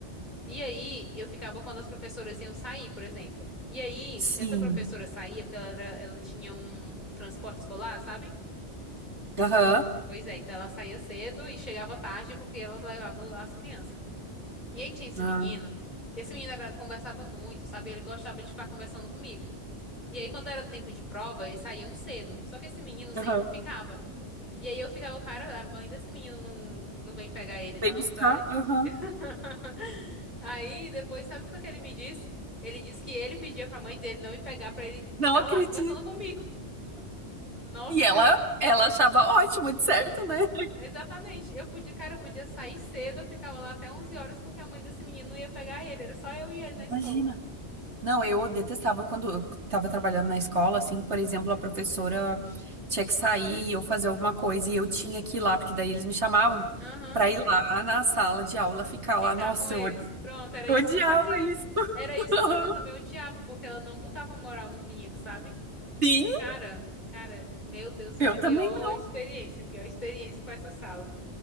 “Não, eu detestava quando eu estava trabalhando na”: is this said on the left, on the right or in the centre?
Right